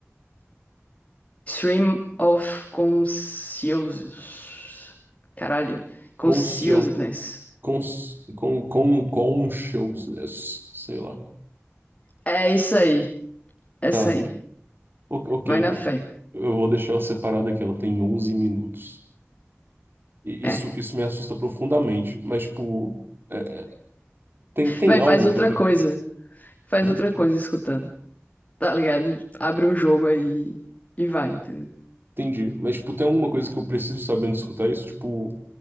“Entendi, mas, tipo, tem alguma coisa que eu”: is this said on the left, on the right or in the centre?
Right